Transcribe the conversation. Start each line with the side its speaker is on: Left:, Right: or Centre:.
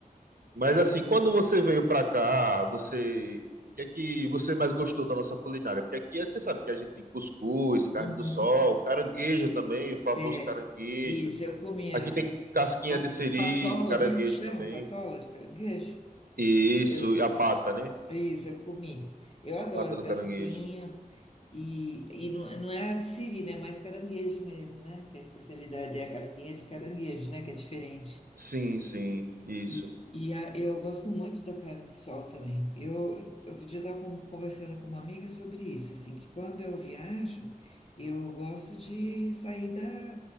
Right: Mas
Left: Apro-
Right: assim, quando você veio pra cá, você. O que é que você mais gostou da nossa culinária? Porque aqui é- você sabe que a gente tem cuscuz, carne
Left: Uhum.
Right: do sol, caranguejo também, o famoso
Left: É.
Right: caranguejo.
Left: Isso, eu comia
Right: Aqui tem
Left: as
Right: casquinha
Left: pa-
Right: de siri,
Left: patola,
Right: de caranguejo
Left: né? Que chama
Right: também.
Left: patola de caranguejo.
Right: E isso,
Left: Eu,
Right: e a
Left: co-
Right: pata, né?
Left: isso, eu comi. Eu adoro
Right: Pata do
Left: casquinha.
Right: caranguejo.
Left: E, e não, não é a de siri, né? É Mais caranguejo mesmo, né? Que a especialidade é a casquinha de caranguejo, né? Que é diferente.
Right: Sim, sim, isso.
Left: E, e a- eu gosto muito da carne de sol também. Eu, outro dia eu estava conversando com uma amiga sobre isso, assim, que quando eu viajo, eu gosto de sair da,